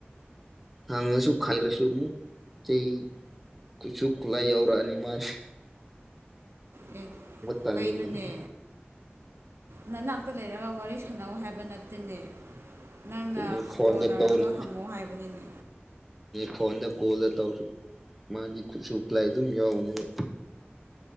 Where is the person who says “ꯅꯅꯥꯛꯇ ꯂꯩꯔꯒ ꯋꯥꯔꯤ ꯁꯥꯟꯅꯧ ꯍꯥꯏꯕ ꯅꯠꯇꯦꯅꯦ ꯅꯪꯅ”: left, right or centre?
Right